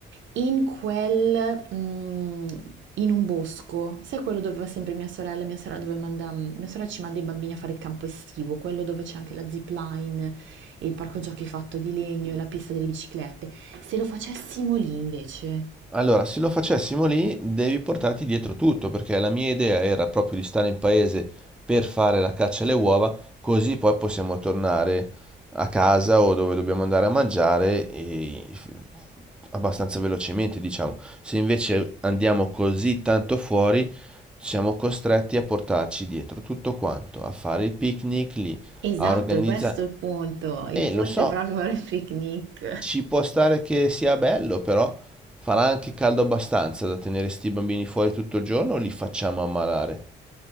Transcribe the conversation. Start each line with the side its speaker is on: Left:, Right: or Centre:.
Right: in quel, mhmm, in un bosco, sai quello dove va sempre mia sorella, mia sorella dove manda mia sorella ci manda i bambini a fare il campo estivo, quello dove c'è anche la zip line e il parco giochi fatto di legno e la pista delle biciclette. Se lo facessimo lì invece.
Centre: Allora, se lo facessimo lì, devi portarti dietro tutto, perché la mia idea era proprio di stare in paese per fare la caccia alle uova, così poi possiamo tornare a casa o dove dobbiamo andare a mangiare e abbastanza velocemente, diciamo. Se invece andiamo così tanto fuori, siamo costretti a portarci dietro tutto quanto, a fare il picnic lì,
Right: Esatto,
Centre: a organizzare...
Right: e questo è il punto. Il
Centre: E
Right: punto
Centre: lo so,
Right: è proprio fare il picnic.
Centre: ci può stare che sia bello, però farà anche caldo abbastanza da tenere sti bambini fuori tutto il giorno o li facciamo ammalare?